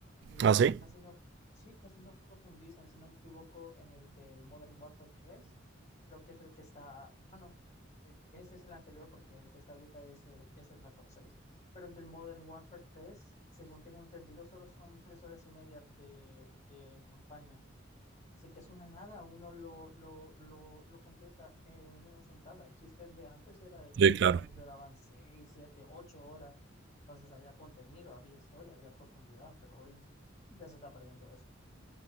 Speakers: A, on the left (about 35°); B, on the right (about 60°).
A: y
B: ¿Ah, sí?
A: casi no, sí, casi no profundizan, si no me equivoco, en el del Modern Warfare tres creo que es el que está, bueno e- Ese es el anterior porque el que está ahorita es el, es el Black Ops 6. Pero el del Modern Warfare 3, según tengo entendido, solo son tres horas y media de, de campaña. Así que es una nada, uno lo, lo, lo, lo completa en una sentada. El chiste de antes era de
B: Sí,
A: que las
B: claro.
A: campañas duraban seis, siete, ocho horas. Entonces había contenido, había historia, había profundidad, pero hoy ya se está perdiendo eso.